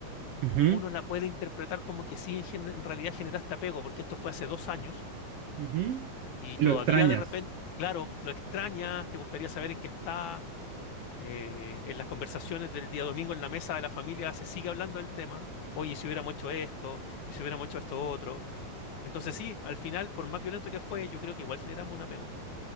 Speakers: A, on the right; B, on the left.
A: Ujú.
B: uno la puede interpretar como que sí, en, gen- en realidad generaste apego, porque esto fue hace dos años
A: Ujú.
B: y
A: Lo
B: todavía
A: extrañas.
B: de repente, claro, lo extrañas, te gustaría saber en qué está, eh, en las conversaciones del día domingo en la mesa de la familia se sigue hablando del tema, oye, si hubiéramos hecho esto, y si hubiéramos hecho esto otro. Entonces sí, al final, por más violento que fue, yo creo que igual generamos un apego.